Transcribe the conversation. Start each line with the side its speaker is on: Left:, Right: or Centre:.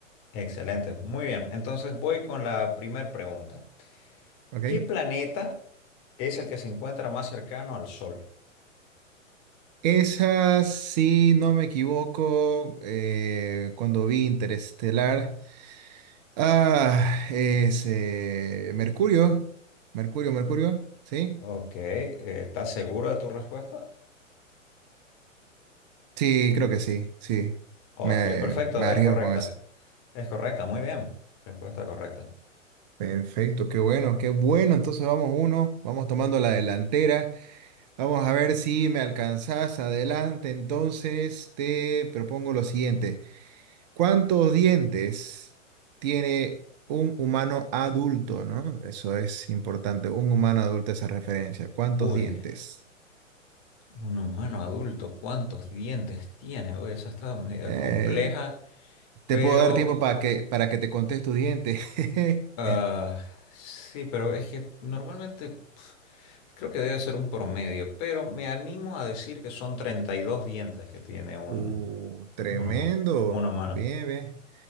Left: excelente. Muy bien, entonces voy con la primera pregunta.
Right: ¿Ok?
Left: ¿Qué planeta es el que se encuentra más cercano al Sol?
Right: Esa, si no me equivoco, eh, cuando vi Interestelar. Ah, es eh, Mercurio. Mercurio, Mercurio. ¿Sí?
Left: Ok, eh, ¿estás seguro de tu respuesta?
Right: Sí, creo que sí, sí.
Left: Ok,
Right: Me,
Left: perfecto,
Right: me arriesgo
Left: es correcta.
Right: con eso.
Left: Es correcta, muy bien. Respuesta correcta.
Right: Perfecto, qué bueno, qué bueno. Entonces vamos uno, vamos tomando la delantera. Vamos a ver si me alcanzás adelante. Entonces te propongo lo siguiente. ¿Cuántos dientes tiene un humano adulto, no? Eso es importante. Un humano adulto, esa referencia. ¿Cuántos
Left: Uy,
Right: dientes?
Left: un humano adulto, ¿cuántos dientes tiene? Uy, eso está medio
Right: Eh,
Left: compleja,
Right: te
Left: pero...
Right: puedo dar tiempo para que, para que te contes tu diente. <laughs>
Left: ah, sí, pero es que normalmente pf, creo que debe ser un promedio, pero me animo a decir que son 32 dientes que tiene un,
Right: Uh, tremendo.
Left: un, huma- un humano.
Right: Bien, bien.